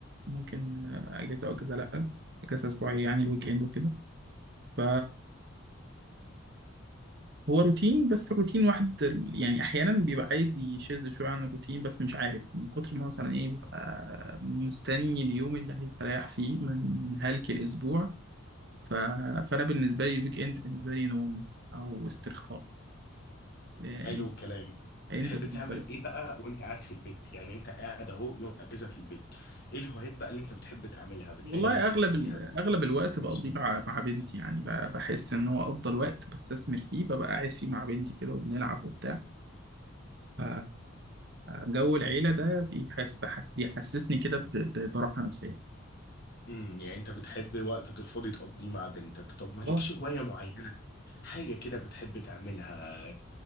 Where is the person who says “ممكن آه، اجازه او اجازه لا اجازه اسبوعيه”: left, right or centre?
Right